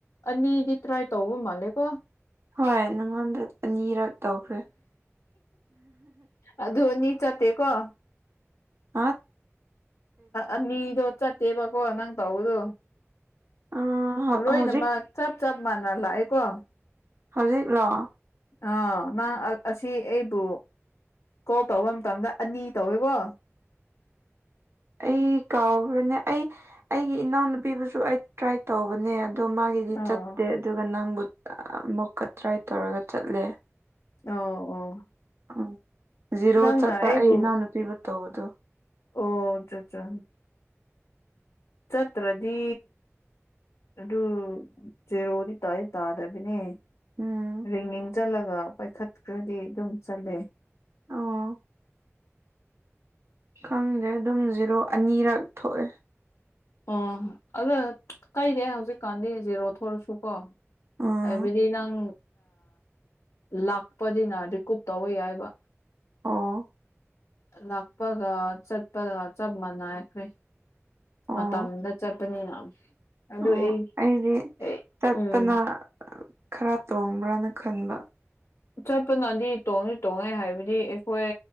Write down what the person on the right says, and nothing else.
ꯍꯣꯏ ꯅꯪꯉꯣꯟꯗ ꯑꯅꯤꯔꯛ ꯇꯧꯈ꯭ꯔꯦ
ꯑꯥꯠ
ꯑ
ꯍꯧꯖꯤꯛ
ꯍꯧꯖꯤꯛ ꯂꯣ
ꯑꯩ ꯀꯥꯎꯈ꯭ꯔꯅꯦ ꯑꯩ ꯑꯩꯒꯤ ꯏꯅꯥꯎꯅꯨꯄꯤꯕꯨꯁꯨ ꯑꯩ ꯇ꯭ꯔꯥꯏ ꯇꯧꯕꯅꯦ ꯑꯗꯣ ꯃꯥꯒꯤꯗꯤ
ꯆꯠꯇꯦ ꯑꯗꯨꯒ ꯅꯪꯕꯨ ꯑꯃꯨꯛꯀ ꯇ꯭ꯔꯥꯏ ꯇꯧꯔꯒ ꯆꯠꯂꯦ
ꯎꯝ ꯖꯤꯔꯣ
ꯆꯠꯄ
ꯑꯩ ꯏꯅꯥꯎꯅꯨꯄꯤꯕꯨ ꯇꯧꯕꯗꯨ
ꯎꯝ
ꯑꯣ ꯈꯪꯗꯦ ꯑꯗꯨꯝ ꯖꯤꯔꯣ ꯑꯅꯤꯔꯛ ꯊꯣꯛꯑꯦ
ꯎꯝ
ꯑꯣ
ꯑꯣ
ꯑꯣ
ꯑꯩꯗꯤ
ꯆꯠꯄꯅ
ꯈꯔ ꯇꯣꯡꯕ꯭ꯔꯅ ꯈꯟꯕ